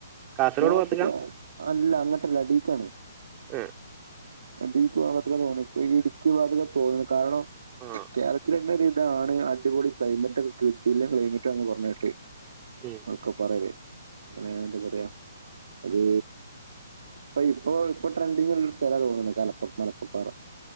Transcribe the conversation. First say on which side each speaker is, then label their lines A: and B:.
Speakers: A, on the right; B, on the right.
A: കാസർഗോഡ്
B: നോർത്ത്
A: ഭാഗത്ത്ക്കാ
B: <unintelligible> അല്ല അങ്ങട്ടല്ല ഡീക്കാണ്
A: ആഹ്
B: അടീക് <unintelligible> ഇടുക്കി ഭാഗത്തൊക്കെ തോന്നണ് കാരണം
A: ആ
B: കേരളത്തി തന്നെ ഒരിതാണ്, അടിപൊളി ക്ലൈമറ്റ് ഒക്കെ കിട്ടിയില്ലെ. ക്ലൈമറ്റാന്ന് പറഞ്ഞിട്ട്
A: ഉം
B: <unintelligible> അത് അപ്പ ഇപ്പോ ഇപ്പോ ട്രെൻഡിങ്ങുള്ള സ്ഥല തോന്നുണ് കലക്ക മലക്കപ്പാറ,